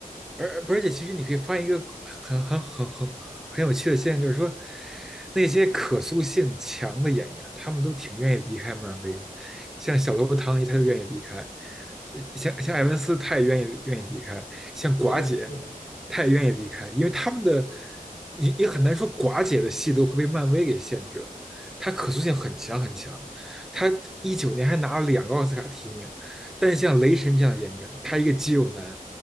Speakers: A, in the centre; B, on the left.
A: 而而而且，其实你可以发现一个很很很很很有趣的现象，就是说，那些可塑性强的演员，他们都挺愿意离开漫威的。像小头唐尼，他就愿意离开；呃像像艾文斯，他也愿意愿意离开；像寡姐，
B: 对，是是的，
A: 他也愿意离开，因为他们的也也很难说寡姐的戏都会被漫威给限制了。她可塑性很强很强，他一九年还拿了两个奥斯卡提名，但是像雷神这样的演员，他一个肌肉男，